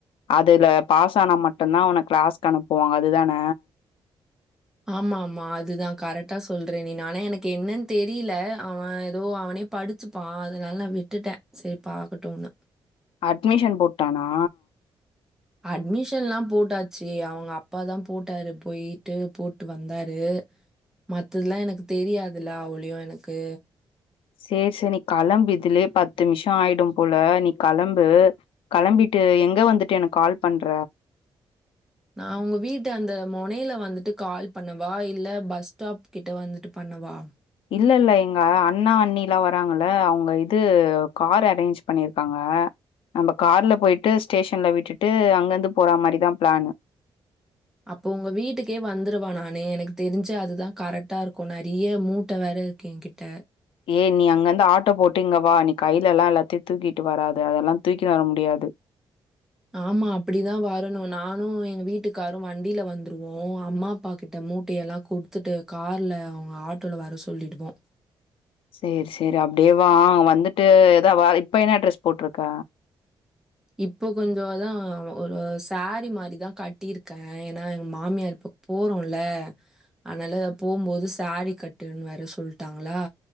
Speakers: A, on the left (about 80°); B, in the centre.
A: அதுல பாஸ் தானா மட்டுந்தா அவன கிளாஸ்கு அனுப்புவாங்க அதுதான
B: ஆமா ஆமா அதுதா கரெட்டா சொல்ற நீ ஆனா எனக்கு என்னன் தெரியில அவ ஏதோ அவனே படிச்சுப்பா அதனால நா விட்டுட்ட செரி பாக்கட்டுன்னு
A: அட்மிஷன் போட்டானா
B: அட்மிஷன்லா போட்டாச்சு அவங்க அப்பாதா போட்டாரு போயிட்டு போட்டு வந்தாரு மத்ததுல்லா எனக்கு தெரியாதுல்ல அவளியோ எனக்கு
A: சேர் சேர் நீ களம்பு இதுலயே
B: கடன்
A: பத்து நிம்ஷோ ஆயிடும்
B: நிமிஷம்
A: போல
B: ஆயிடுச்சு
A: நீ
B: போல
A: களம்பு
B: கடன் வந்து
A: களம்பிட்டு எங்க வந்துட்டு எனக்கு கால் பண்ற
B: நா உங்க வீட்டு அந்த மொனில வந்துட்டு கால் பண்ணவா இல்ல பஸ்டாப் கிட்ட வந்துட்டு பண்ணவா
A: இல்லல்ல எங் க அண்ணா அண்ணிலா வராங் னால அவங்க இது கார் அரேஞ் பண்ணிருக்காங்க நம் கார்லப் போயிட்டு ஸ்டேஷன்ல விட்டுட் ட்டு அங்க இருந்து போறா மாரிதா பிளேன்னு
B: அப்போ உங்க வீட்டுக்கே வந்துருவா நானு எனக்கு தெருஞ்சு அதுதா கரெட்டா இருக்கு நறைய மூட்ட வேற இருக்கு எங்கிட்ட
A: ஏய் நீ அங்க இருந்து ஆட்டோ போட்டு இங்க வா நீ கைல எல்லா எல்லாத் த்தியு தூக்கிட்டு வராத அதெல்லா தூக்கிட்டு வர முடியாது
B: ஆமா அப்டிதா வரணு நானு எங்க வீட்டுக்காரு வண்டில வந்துருவோ அம்மா அப்பா கிட்ட மூட்டியெல்லா குடுத்துட்டு கார்ல அவங்க ஆட்டோல வர சொல்லிடுவோ
A: சேரி சேர் அப்டியே வா வந்துட்டு எதா இப்ப என்ன ட்ரெஸ் போட்ருக்க
B: இப்போ கொஞ்சோதா ஒரு ஸ்சேரீ மாரிதா கட்டிருக்க ஏன்னா எங்க மாமியார் இப்ப போறோல்ல அதனால போகும்போது ஸ்சேரீ கட்டுன்னு வேற சொல்லிட்டாங்களா